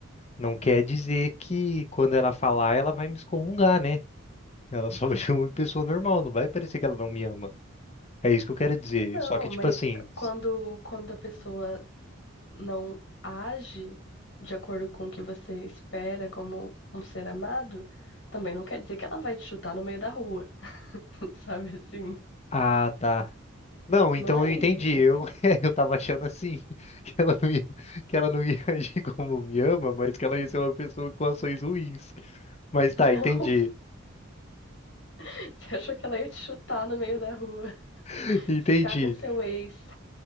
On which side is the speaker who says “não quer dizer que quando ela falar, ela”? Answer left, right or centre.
Left